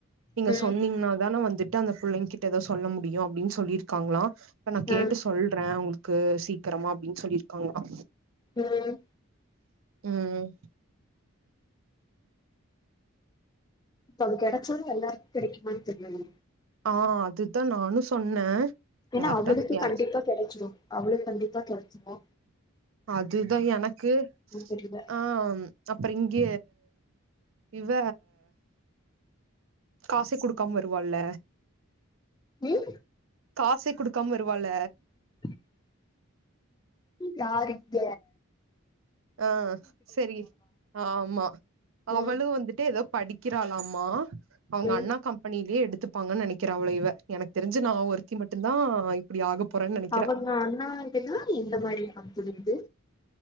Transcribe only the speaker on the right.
நீங்க
சொன்னீங்கன்னாதான வந்து ட்ட அந்த புள்ளைங்கிட்ட எதா சொல்ல முடியு அப்பிடின் சொல்லி க்காங்களா இப்ப நா
கேட்டு சொல்றே உங் க்கு சீக்கிரமா அப்பபிடின் சொல்லிருக்காங்களா
ம்
ஆ அதுதா நானு சொன்னே
யார்ட்ட
யார்
அதுதா எனக்கு
ஆ அப்புறோ இங்க இவ காச குடுக்காம வருவால்ல
காசே குடுக்காம வருவால
ஆ சரி ஆமா
அவளு வந்துட்டு எதோ படிக்கிறாலாமா அவங்க
அண்ணா கம்பெனிலியே எடுத் த்துருபாங்கன்ன நெனைகிறே அவ்ளோ இவ எனக்கு தெரிஞ்சி நா ஒருத்தி மட்டு ன் இப்பிடி ஆக போறேன்னு நெனைக்கிறே